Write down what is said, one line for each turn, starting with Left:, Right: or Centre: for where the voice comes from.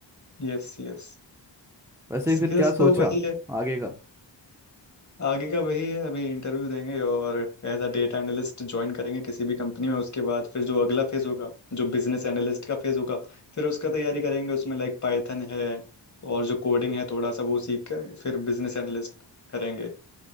Left: Yes yes
Centre: वैसे
Left: स्किल्स
Centre: फिर क्या सोचा
Left: तो वही है
Centre: आगे का
Left: आगे का वही है अभी इंटरव्यू देंगे और as a data analyst join करेंगे किसी भी कंपनी में उसके बाद फिर जो अगला फेज होगा जो बिजनेस एनालिस्ट का फेज होगा फिर उसका तैयारी करेंगे उसमें लाइक पाइथन है और जो कोडिंग है थोड़ा सा वो सीख कर फिर बिजनेस एनालिस्ट करेंगे